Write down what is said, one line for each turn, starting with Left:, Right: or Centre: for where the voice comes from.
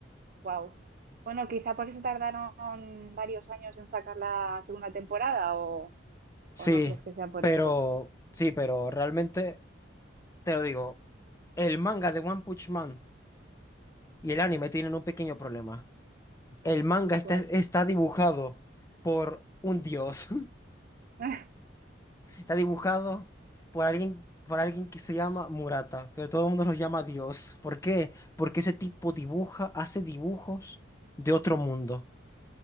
Right: wow. Bueno, quizá por eso tardaron varios años en sacar la segunda temporada, o,
Left: Sí,
Right: o no crees que sea por
Left: pero
Right: eso.
Left: sí, pero realmente te lo digo, el manga de One Punch Man y el anime tienen un pequeño problema. El manga
Right: ¿Cuál?
Left: está, está dibujado por un dios,
Right: <laughs>
Left: <laughs> está dibujado por alguien, por alguien que se llama Murata, pero todo el mundo lo llama Dios. ¿Por qué? Porque ese tipo dibuja, hace dibujos de otro mundo.